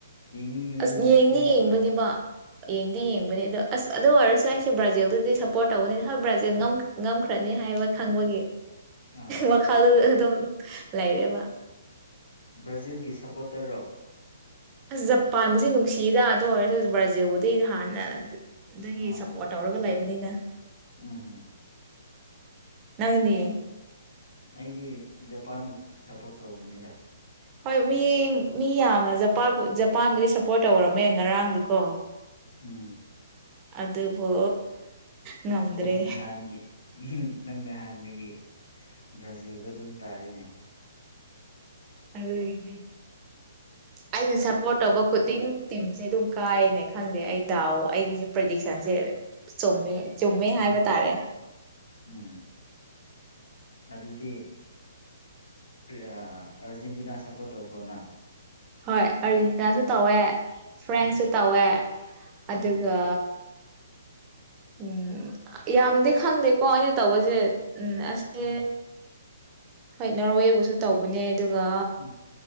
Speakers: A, on the left; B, on the right.
A: ꯌꯦꯡꯅꯤꯡꯉꯗꯤ
B: ꯑꯁ
A: ꯅꯪ
B: ꯌꯦꯡꯗꯤ
A: ꯇꯨꯝꯅꯤꯡꯔꯣꯏ
B: ꯌꯦꯡꯕꯅꯤꯕ ꯌꯦꯡꯗꯤ ꯌꯦꯡꯕꯅꯤ ꯑꯗꯣ ꯑꯁ ꯑꯗꯨ ꯑꯣꯏꯔꯁꯨ ꯑꯩꯁꯦ ꯕ꯭ꯔꯥꯖꯤꯜꯗꯗꯤ ꯁꯞ ꯄꯣꯔꯠ ꯇꯧꯒꯅꯤ ꯍ ꯕ꯭ꯔꯥꯖꯤꯜ ꯉꯝ ꯉꯝꯈ꯭ꯔꯅꯤ ꯍꯥꯏꯕ ꯈꯪꯕꯒꯤ
A: ꯑꯥ
B: ꯃꯈꯥꯗꯨ ꯑꯗꯨꯝ ꯂꯩꯔꯦꯕ
A: ꯕ꯭ꯔꯥꯖꯤꯜꯒꯤ ꯁꯄꯣꯔꯇꯔꯔꯣ
B: ꯑꯁ ꯖꯄꯥꯟꯕꯨꯁꯤ ꯅꯨꯡꯁꯤꯗ ꯑꯗꯨ ꯑꯣꯏꯔꯁꯨ ꯕ꯭ꯔꯥꯖꯤꯜꯕꯨꯗꯩꯗꯤ ꯍꯥꯟꯅ ꯑꯗꯒꯤ
A: ꯑꯥ
B: ꯁꯞꯄꯣꯔꯠ ꯇꯧꯔꯒ ꯂꯩꯕꯅꯤꯅ
A: ꯎꯝ ꯍꯨꯝ
B: ꯅꯪꯗꯤ
A: ꯑꯩꯗꯤ ꯖꯄꯥꯟꯕꯨ ꯁꯞꯄꯣꯔꯠ ꯇꯧꯕꯅꯤꯗ
B: ꯍꯣꯏ ꯃꯤ ꯃꯤ ꯌꯥꯝꯅ ꯖꯄꯥꯟꯕꯨ ꯖꯄꯥꯟꯕꯨꯗꯤ ꯁꯞꯄꯣꯔꯠ ꯇꯧꯔꯝꯃꯦ ꯉꯔꯥꯡꯗꯨꯀꯣ
A: ꯎꯝ
B: ꯑꯗꯨꯕꯨ ꯉꯝꯗ꯭ꯔꯦ
A: ꯅꯪ ꯅꯍꯥꯟꯒꯤ ꯅꯪ ꯅꯍꯥꯟꯗꯒꯤ ꯕ꯭ꯔꯥꯖꯤꯜꯗꯣ ꯑꯗꯨꯝ ꯇꯥꯔꯦꯅꯦ
B: ꯑꯗꯨꯒꯤꯅꯦ
A: <inaudible>
B: ꯑꯩꯅ ꯁꯞꯄꯣꯔꯠ ꯇꯧꯕ ꯈꯨꯗꯤꯡ ꯇꯤꯝꯁꯦ ꯑꯗꯨꯝ ꯀꯥꯏꯑꯅꯦ ꯈꯪꯗꯦ ꯑꯩ ꯗꯥꯎꯑꯣ ꯑꯩꯒꯤꯁꯦ ꯄ꯭ꯔꯗꯤꯛꯁꯟꯁꯦ ꯆꯨꯝꯃꯦ ꯆꯨꯝꯃꯦ ꯍꯥꯏꯕ
A: ꯎꯝ
B: ꯇꯥꯔꯦ
A: ꯎꯝ ꯑꯗꯨꯗꯤ ꯀ꯭ꯔꯤ ꯑ ꯑꯥꯔꯖꯦꯟꯇꯤꯅꯥ ꯁꯞꯄꯣꯔꯠ ꯇꯧꯕ꯭ꯔꯣ ꯅꯪ
B: ꯍꯣꯏ ꯑꯔꯖꯦꯟꯇꯤꯅꯥꯁꯨ ꯇꯧꯋꯦ ꯐ꯭ꯔꯦꯟꯁꯨ
A: ꯎꯝ
B: ꯇꯧꯋꯦ ꯑꯗꯨꯒ
A: ꯎꯝ
B: ꯎꯝ ꯌꯥꯝꯅꯗꯤ ꯈꯪꯗꯦꯀꯣ ꯑꯩꯅ ꯇꯧꯕꯁꯦ ꯎꯝ ꯑꯁꯦ
A: ꯎꯝ
B: ꯍꯣꯏ ꯅꯣꯔꯋꯦꯕꯨꯁꯨ ꯇꯧꯕꯅꯦ ꯑꯗꯨꯒ
A: ꯎꯝ